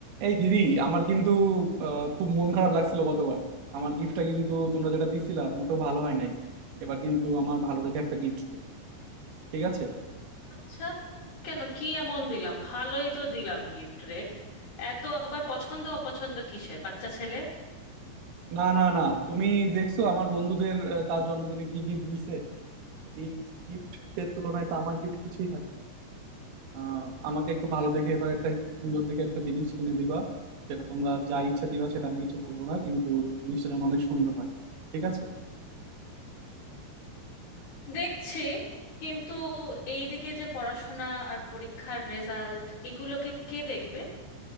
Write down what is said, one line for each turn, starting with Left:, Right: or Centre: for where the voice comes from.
Right: এই দিদি আমার কিন্তু আহ, খুব মন খারাপ লাগছিল গতবার আমার গিফটটা কিন্তু তোমরা যেটা দিছিলা মোটেও ভালো হয় নাই এবার কিন্তু আমার ভালো দেখে একটা গিফট চাই ঠিক আছে
Left: আচ্ছা কেন কি এমন দিলাম ভালোই তো দিলাম গিফট রে এত আবার পছন্দ অপছন্দ কিসের বাচ্চা ছেলে
Right: না না না তুমি দেখছো আমার বন্ধুদের আহ, তার জন্মদিনে কি গিফট দিছে এই গিফট এর তুলনায় তো আমার গিফট কিছুই হয় না আহ আমাকে একটু ভালো দেখে এবার একটা সুন্দর দেখে একটা জিনিস কিনে দিবা যেটা তোমরা যা ইচ্ছা দিবা সেটা আমি কিছু বলবো না কিন্তু জিনিসটা যেন অনেক সুন্দর হয় ঠিক আছে
Left: দেখছি কিন্তু এইদিকে যে পড়াশোনা আর পরীক্ষার রেজাল্ট এগুলোকে কে দেখবে